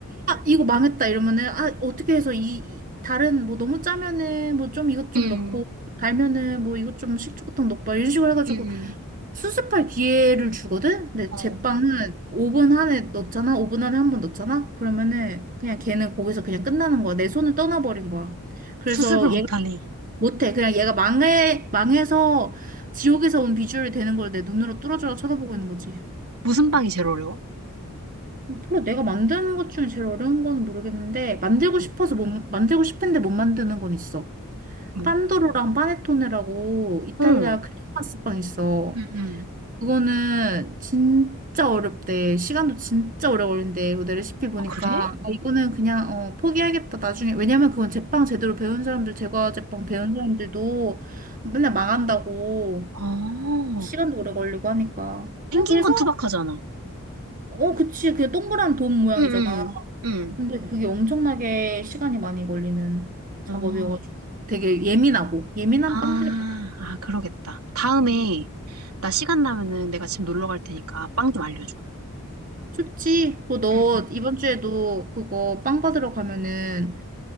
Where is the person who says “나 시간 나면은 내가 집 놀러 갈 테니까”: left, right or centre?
Right